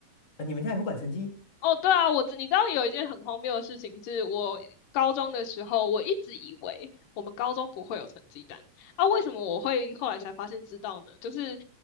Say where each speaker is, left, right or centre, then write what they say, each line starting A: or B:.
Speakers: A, on the left (about 25°); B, on the left (about 85°).
A: 呃你们家也不管成绩，
B: 哦，对啊，我知你知道有一件很荒谬的事情，是我高中的时候，我一直以为我们高中不会有成绩单啊，为什么我会后来才发现知道呢？就是